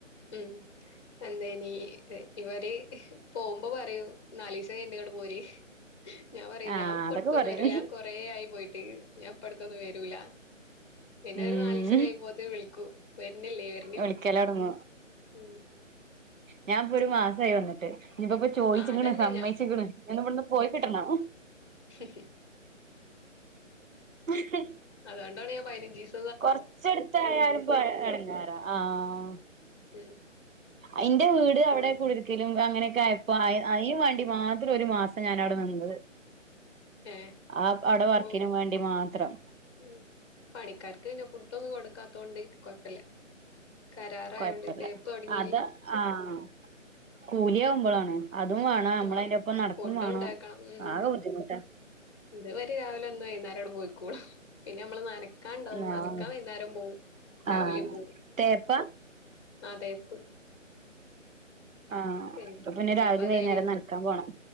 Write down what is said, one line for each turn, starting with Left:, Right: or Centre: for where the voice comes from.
Left: ഉം എന്തേനി ഇവര് പോകുമ്പോ പറയും നാലീസം കഴ്ഞ്ഞിട്ടിങ്ങട്ട് പോര് ഞാൻ പറയും
Right: ആഹ്
Left: ഞാൻപ്പടുത്തൊന്നും
Right: അതൊക്കെ പറയും
Left: വരൂല ഞാൻ കൊറേയായി പോയിട്ട് ഞാൻപ്പടുത്തൊന്നും വരൂല പിന്നൊരു
Right: ഉം
Left: നാലീസം കഴിയുമ്പോത്തിന് വിളിക്കും വരുന്നില്ലേ വ
Right: വെളികേല്ലാം ഇറങ്ങോ
Left: ഉം
Right: ഞാൻപ്പോ ഒരു മാസായി വന്നിട്ട് ഇനിപ്പോ ചോയ്ച്ച്ക്ക്ണ്
Left: ആഹ് അതന്നെ
Right: സമ്മയ്ച്ച്ക്ക്ണ് ഇനിയൊന്നിവിട്ന്ന് പോയി കിട്ടണം
Left: ഹ്ഹ്
Right: അഹ്
Left: അതോണ്ടാണ് ഞാൻ പയ്നഞ്ചീസ
Right: കൊർച്ചെട്ത്തായാലും പ്പൊ എടങ്ങേറാ ആഹ്
Left: ഉം
Right: അയിന്റെ വീട് അവിടെ കുടിര്ക്കലും അങ്ങനെയൊക്കായപ്പോ അയ്നും വാണ്ടി മാത്രൊരു മാസം ഞാനവടെ നിന്നത്
Left: ഏഹ്
Right: ആഹ് ആടെ വർക്കിനും
Left: പോ
Right: പോവൻ വേണ്ടി മാത്രം
Left: ഉം പണിക്കാർക്ക് പിന്നെ ഫുഡൊന്നും കൊടുക്കാത്തോണ്ട് കൊഴപ്പല്ല കരാറായോണ്ട്
Right: കൊഴപ്പല്ല
Left: തേപ്പ് തുടങ്ങി
Right: അത് ആഹ് കൂലിയാവുമ്പളാണ്
Left: അപ്പ
Right: അതും വാണം നമ്മളയ്ന്റൊപ്പം
Left: ആഹ്
Right: നടക്കും
Left: ഫുഡ്
Right: വാണം
Left: ഉണ്ടാക്കണം ഉം
Right: ആകെ ബുദ്ധിമുട്ട
Left: ഇത് അവര് രാവിലെ വന്ന് വൈന്നാരണ് പോയിക്കോളും പിന്നെ ഞമ്മള് നന നക്കാണ്ടാവും
Right: ആഹ്
Left: നനക്കാൻ വൈന്നാരം പോവും രാവിലെയും
Right: ആഹ്
Left: പോവും
Right: തേപ്പാ
Left: ആഹ് തേപ്പ്
Right: ആഹ്
Left: പിന്നെ
Right: അപ്പൊ
Left: ഇനിപ്പ
Right: രാവിലിം
Left: കൈഞ്ഞ്
Right: വൈന്നേരം നനക്കാൻ പോണം